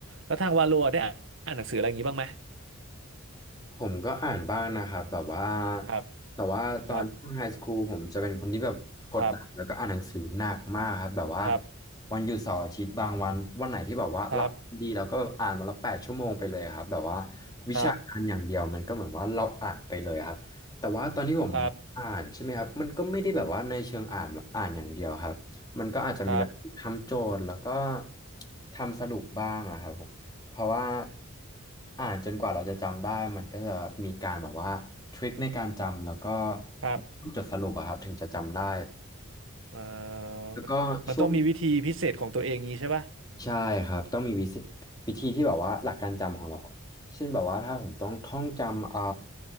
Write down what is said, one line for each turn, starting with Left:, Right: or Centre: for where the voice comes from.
Right: แล้วทางวาโลได้อ่านหนังสืออะไรอย่างนี้บ้างไหม
Left: ผมก็อ่านบ้างนะครับแบบว่า
Right: ครับ
Left: แต่ว่าตอนช่วงไฮสคูลผมจะเป็นคนที่แบบกดดันแล้วก็อ่านหนังสือหนักมากครับแบบว่า
Right: ครับครับครับ
Left: วันหยุดเสาร์อาทิตย์บางวันวันไหนที่แบบว่าเราดีเราก็อ่านวันละแปดชั่วโมงไปเลยครับแบบว่า
Right: ครับ
Left: วิชาการอย่างเดียวมันก็เหมือนว่าเราอ่านไปเลยครับแต่ว่าตอนที่ผมอ่านใช่ไหมครับมันก็ไม่ได้แบบว่าในเชิงอ่านแบบอ่านอย่างเดียวครับมันก็อาจจะมีแบบทำโจทย์แล้วก็
Right: ครับครับครับ
Left: ทำสรุปบ้างอะครับผม เพราะว่าอ่านจนกว่าเราจะจำได้มันก็จะมีการแบบว่าทริคในการจำแล้วก็
Right: ครับ
Left: จดสรุปอะครับถึงจะจำได้
Right: เอ่อ
Left: แล้วก็ช่วง
Right: มันต้องมีวิธีพิเศษของตัวเองงี้ใช่ป่ะ
Left: ใช่ครับต้องมีวิธีวิธีที่แบบว่าหลักการจำของเราเช่นแบบว่าถ้าผมต้องท่องจำอ่า